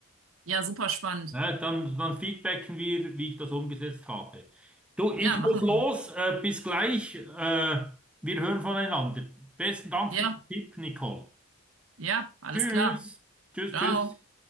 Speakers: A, on the right (about 75°); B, in the centre.
A: Ja, super spannend.
B: Ne, dann, dann feedbacken wir, wie ich das umgesetzt habe. Du,
A: Ja,
B: ich
A: machen
B: muss los.
A: wir.
B: Äh, bis gleich. Äh, wir hören voneinander. Besten Dank
A: Ja,
B: für den Tipp, Nicole.
A: ja, alles
B: Tschüss.
A: klar.
B: Tschüss,
A: Ciao.
B: tschüss.